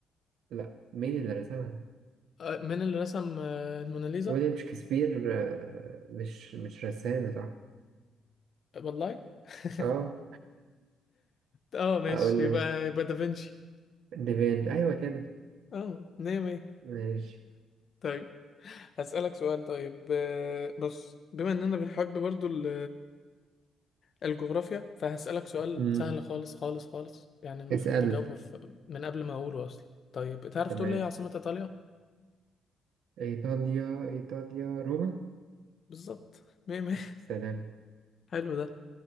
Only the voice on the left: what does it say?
أه من اللي رسم آه، الموناليزا
والله <laughs>
اه ماشي
يبقى يبقى دافنشي
اه مية مية
طيب هسألك سؤال طيب آه، بص بما اننا بنحب برضو ال- الجغرافيا فهسألك سؤال
سهل خالص خالص خالص يعني المفروض
تجاوبه في- من قبل ما اقوله اصلا طيب تعرف
تقول لي إيه عاصمة ايطاليا
بالظبط مية مية
<laughs> حلو ده